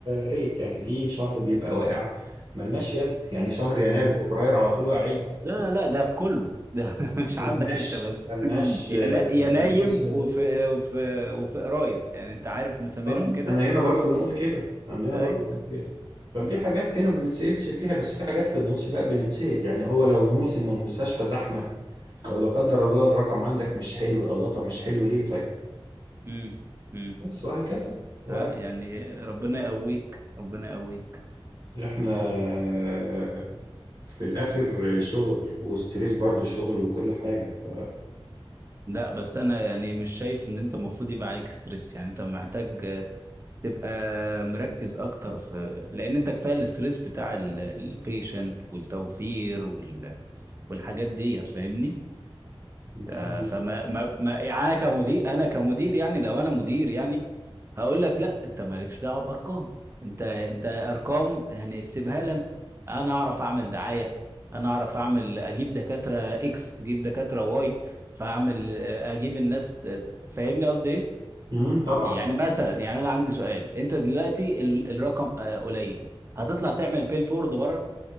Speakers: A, on the right; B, on the right.
A: ريت يعني في شهر بيبقى واقع ملناش يد يعني شهر يناير
B: امم
A: وفبراير على طول واقعين
B: لا لا ده في كله ده <laughs> مش
A: ملناش
B: عندك انت بس
A: ملناش
B: يا
A: آه،
B: نا- يا
A: ملناش
B: نايم
A: يد
B: وفي وفي وفي قراير يعني انت عارف مسمينهم
A: اه
B: كده
A: احنا هنا برضو بنقول كده عندنا
B: ده
A: برضو
B: اي
A: بنقول كده ففي
B: امم
A: حاجات كده ما بنتسألش فيها بس في حاجات في النص لا بنتسأل يعني هو لو موسم والمستشفى زحمة او لا قدر الله الرقم عندك مش حلو الله طب مش حلو ليه طيب
B: امم امم
A: بس وهكذا وهكذا
B: لا يعني ربنا يقويك ربنا يقويك
A: احنا آه، في الاخر شغل وستريس برضو شغل وكل حاجة ف
B: لا بس انا يعني مش شايف ان انت المفروض يبقى عليك ستريس يعني انت محتاج آه، تبقى مركز اكتر في لان انت كفايه الاستريس بتاع البيشنت والتوفير وال... والحاجات دي فاهمني
A: محدش-
B: آه، فما ما ما يعني كمدير انا كمدير يعني لو انا مدير يعني هقول لك لا انت مالكش دعوه بارقام انت انت ارقام يعني سيبها لنا انا اعرف اعمل دعايه انا اعرف اعمل اجيب دكاتره اكس اجيب دكاتره واي فاعمل آه، اجيب الناس ت- فاهمني قصدي ايه
A: امم طبعا
B: يعني مثلا يعني انا عندي سؤال انت دلوقتي ال- الرقم آه، قليل هتطلع تعمل بيل بورد بره